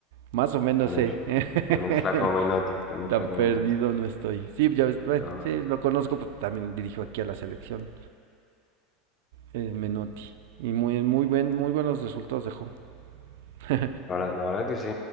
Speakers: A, on the right; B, on the left.
A: Más o menos
B: Con
A: sé.
B: el,
A: ¿Eh?
B: con el flaco Menotti,
A: <laughs>
B: con el
A: Tan
B: flaco
A: perdido
B: Menotti.
A: no estoy. Sí, ya ves, bueno,
B: No,
A: sí, lo conozco, pues también dirijo aquí a la selección. eh, Menotti. Y muy, muy, buen, muy buenos resultados dejó. <laughs>
B: la verdad, la verdad que sí.